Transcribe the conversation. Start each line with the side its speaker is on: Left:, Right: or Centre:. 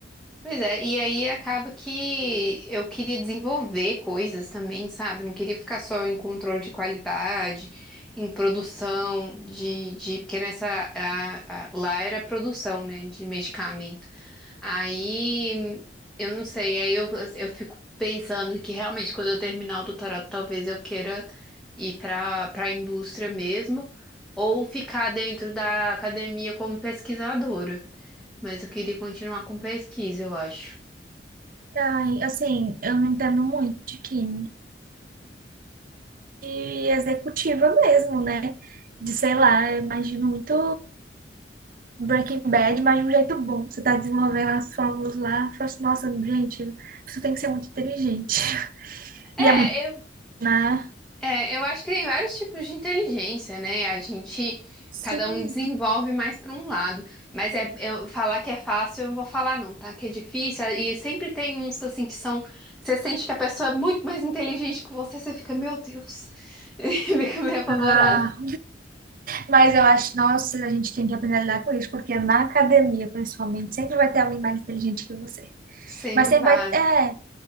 Centre: Pois é, e aí acaba que eu queria desenvolver coisas também, sabe? Não queria ficar só em controle de qualidade, em produção de, de porque nessa a- a- lá era produção, né, de medicamento. Aí eu não sei, aí eu, eu fico pensando que realmente quando eu terminar o doutorado, talvez eu queira ir para para a indústria mesmo, ou ficar dentro da academia como pesquisadora. Mas eu queria continuar com pesquisa, eu acho.
Right: Ai, assim, eu não entendo muito de química e executiva mesmo, né? De, sei lá, eu imagino muito Breaking Bad, mas de um jeito bom. Você tá desenvolvendo as fórmulas lá. Fala assim, nossa, gente, a tem que ser muito inteligente. <laughs>
Centre: É,
Right: E é muito,
Centre: eu,
Right: né?
Centre: é, eu acho que tem vários tipos de inteligência, né? A gente,
Right: Sim.
Centre: cada um desenvolve mais para um lado. Mas é, eu falar que é fácil, eu não vou falar não, tá? Que é difícil. E sempre tem uns assim que são. Você sente que a pessoa é muito mais inteligente que você, você fica, meu Deus, <laughs> e fica meio apavorada.
Right: Ah, mas eu acho, nossa, a gente tem que aprender a lidar com isso, porque na academia, principalmente, sempre vai ter alguém mais inteligente que você.
Centre: Sempre
Right: Mas sempre
Centre: vai.
Right: vai. É,